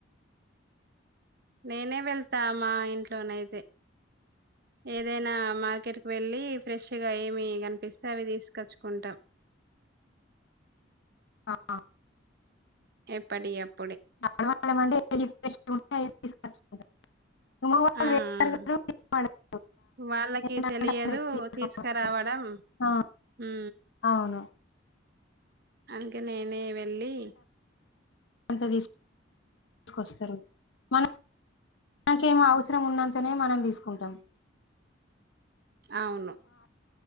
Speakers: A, on the right (about 55°); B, on the left (about 70°).
A: నేనే వెళ్తా మా ఇంట్లోనయితే,
B: <unintelligible>
A: ఏదైనా మార్కెట్కి వెళ్ళి ఫ్రెష్గా ఏమి కనిపిస్తే అవి తీసుకొచ్చుకుంటాం,
B: ఆ
A: ఎప్పటి అపు
B: <unintelligible> <unintelligible>
A: ఆ ఆ వాళ్ళకి
B: ఎంత
A: తెలియదు
B: అంటే అంత తీసుకొని
A: తీసాకరావడం,
B: వస్తారు. ఆ,
A: హు
B: అవును
A: అందుకే నేనే వెళ్ళి
B: ఎంత తీసు తీసుకొస్తారు మనం మనకేమో అవసరం ఉన్నంతనే మనం తీసుకుంటాం,
A: అవును